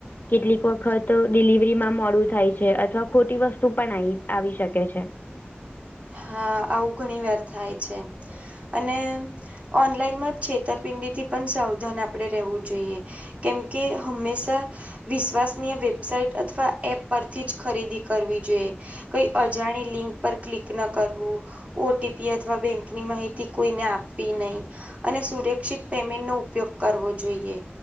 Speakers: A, on the left (about 50°); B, on the right (about 35°).
A: કેટલીક વખત ડિલિવરીમાં મોડું થાય છે અથવા ખોટી વસ્તુ પણ આવી આવી શકે છે
B: હા આવું ઘણી વાર થાય છે અને ઓનલાઈનમાં છેતરપિંડીથી પણ સાવધાન આપણે રહેેવું જોઈએ કેમ કે હંમેશા વિશ્વાસનીય વેબસાઇટ અથવા એપ પરથી જ ખરીદી કરવી જોઈએ કઈ અજાણી લિંક પર ક્લિક કરવું ઓટીપી અથવા બેંકની માહિતી કોઈને આપવી નહી અને સુરક્ષિત પેમેન્ટ નો ઉપયોગ કરવો જોઈએ